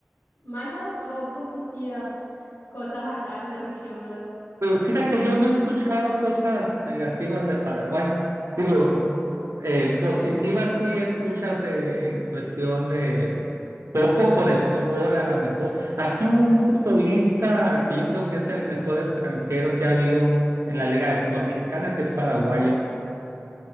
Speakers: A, on the left; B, on the right.
A: malas o positivas cosas acá en la región, ¿verdad?
B: Pero fíjate, yo no he escuchado cosas negativas de Paraguay. Digo, eh, positivas sí escuchas eh, cuestión de poco por el fútbol, a lo mejor. Aquí hubo un futbolista que yo creo que es el mejor extranjero que ha habido en la Liga de Fútbol Mexicana, que es paraguayo.